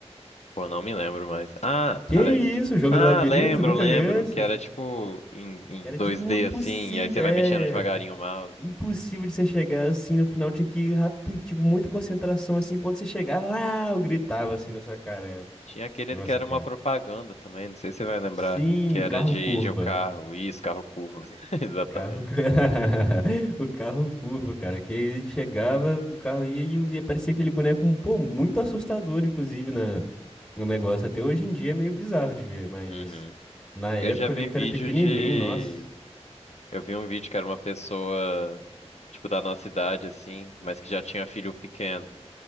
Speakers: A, on the left; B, on the left.
A: Pô, não me lembro mais. Ah,
B: Que isso,
A: aliás.
B: o jogo
A: Ah,
B: do labirinto?
A: lembro,
B: Nunca
A: lembro.
B: viu esse?
A: Que era tipo em, em
B: Que era
A: dois
B: de o
A: d
B: impossível,
A: assim, e aí você vai
B: é.
A: mexendo devagarinho o mouse.
B: Impossível de você chegar assim no final, tinha que ir rápido, tipo, muita concentração assim. Quando você chegava, ah, eu gritava assim na sua cara. eu.
A: Tinha aquele
B: Nossa,
A: que era
B: cara.
A: uma propaganda também, não sei se você vai lembrar.
B: Sim,
A: Que era
B: carro
A: de,
B: curva.
A: de um carro. Isso, carro curvo. <laughs> Exatamente.
B: Carro... cu- <laughs> O carro curva, cara. Que ele chegava, o carro ia e e aparecia aquele boneco, pô, muito assustador, inclusive, na... no negócio. Até hoje em dia é meio bizarro de ver, mas
A: Uhum.
B: na época
A: Eu já vi
B: eu lembro
A: vídeo
B: que era pequenininho,
A: de.
B: nossa.
A: Eu vi um vídeo que era uma pessoa, tipo, da nossa idade, assim, mas que já tinha filho pequeno.